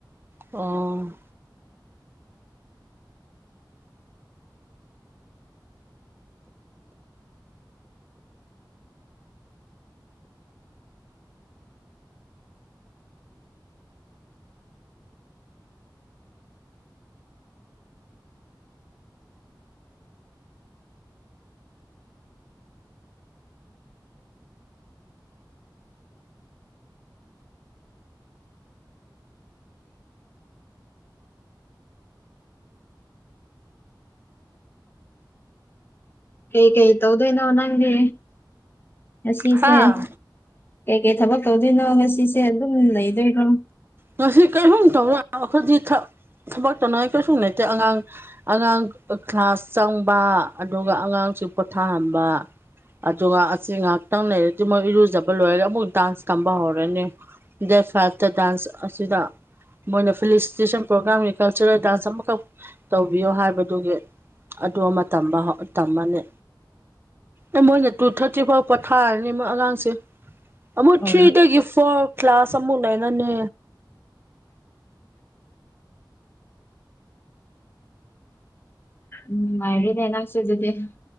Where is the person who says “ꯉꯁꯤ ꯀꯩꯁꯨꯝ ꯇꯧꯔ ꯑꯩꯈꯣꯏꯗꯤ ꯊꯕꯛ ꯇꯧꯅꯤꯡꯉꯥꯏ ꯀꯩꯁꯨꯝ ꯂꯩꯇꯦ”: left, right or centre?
Right